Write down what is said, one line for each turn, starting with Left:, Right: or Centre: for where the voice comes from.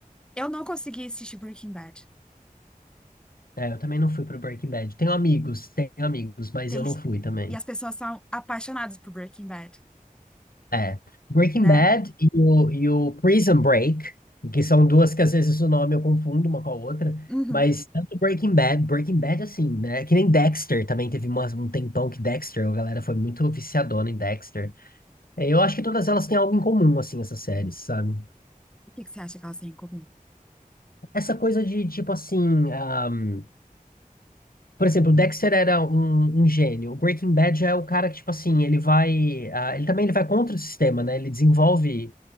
Centre: Eu não consegui assistir Breaking Bad.
Left: É, eu também não fui pro Breaking Bad. Tenho amigos, tenho amigos, mas
Centre: Tem-
Left: eu não fui também.
Centre: E as pessoas são apaixonadas por Breaking Bad,
Left: É. Breaking
Centre: né?
Left: Bad e o, e o Prison Break, que são duas que às vezes o nome eu confundo uma com a outra,
Centre: Uhum.
Left: mas tanto Breaking Bad, Breaking Bad assim, né? Que nem Dexter também teve umas- um tempão que Dexter, a galera foi muito viciadona em Dexter. É, Eu acho que todas elas têm algo em comum, assim, essas séries, sabe?
Centre: O que que você acha que elas têm em comum?
Left: Essa coisa de tipo assim. ahm, Por exemplo, Dexter era um, um gênio. O Breaking Bad já é o cara que, tipo assim, ele vai. ah, ele também ele vai contra o sistema, né? Ele desenvolve.